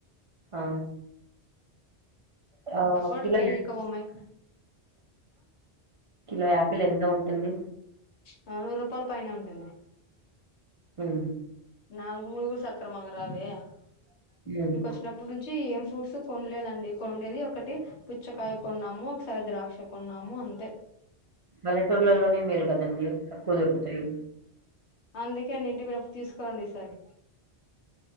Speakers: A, on the right; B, on the left.
A: ఆ ఆ!
B: తక్కవట్లకి
A: కిలో
B: ఏంది చిక్కవమ్మా ఇక్కడ
A: కిలో యాపిల్ ఎంత ఉంటుంది
B: నూరు రూపాయల పైన ఉంటుంది
A: ఉమ్
B: నాలుగు మూడుగురు సక్రమంగా రాదే ఇక్కడికి
A: హ్మ్.
B: వచ్చినప్పుడు నుంచి ఏం ఫ్రూట్స్ కొంలేదండి కొండేది ఒకటి పుచ్చకాయ కొన్నాము ఒకసారి ద్రాక్ష కొన్నాము అంతే
A: మల్లెటూర్లలోనే మేలు కదండి తక్కువ దొరుకుతాయి
B: అందుకే అండి ఇంటికి పోయినప్పుడు తీసుకోరండి ఈసారి